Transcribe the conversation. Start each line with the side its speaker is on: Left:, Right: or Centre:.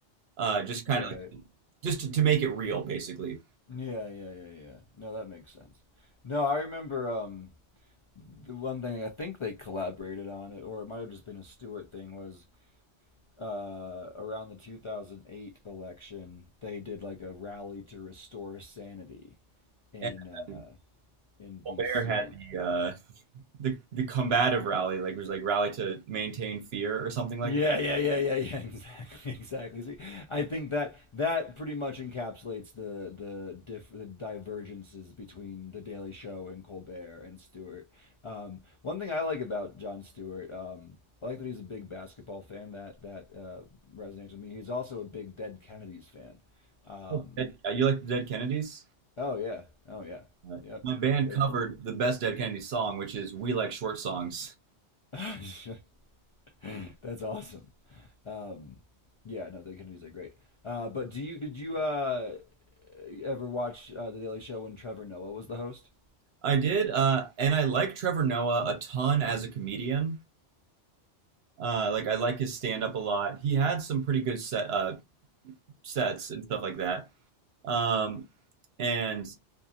Right: uh, just kind
Left: Right.
Right: of just to, to make it real, basically.
Left: Yeah, yeah, yeah, yeah. No, that makes sense. No, I remember. Um, the one thing I think they collaborated on, or it might have just been a Stewart thing, was uh, around the 2008 election, they did like a rally to restore sanity in
Right: And
Left: uh,
Right: then
Left: in D.C.
Right: Colbert had the uh, the the combative rally, like it was like rally to maintain fear or something like
Left: Yeah,
Right: that.
Left: yeah, yeah, yeah, yeah. <laughs> Exactly, exactly. See, I think that that pretty much encapsulates the the, diff, the divergences between the Daily Show and Colbert and Stewart. Um, one thing I like about John Stewart, um, I like that he's a big basketball fan. That that uh, resonates with me. He's also a big Dead Kennedys fan. Um,
Right: Oh, Dead- uh, you like the Dead Kennedys?
Left: oh yeah, oh yeah,
Right: Uh,
Left: yep.
Right: my band
Left: Dead
Right: covered the best Dead Kennedys song, which is "We Like Short Songs."
Left: Kennedys. <laughs> That's awesome. Um, yeah, no, the Kennedys are great. Uh, but do you did you uh, ever watch uh, the Daily Show when Trevor Noah was the host?
Right: I did, uh, and I like Trevor Noah a ton as a comedian. Uh, like I like his stand up a lot. He had some pretty good set uh, sets and stuff like that. Um, and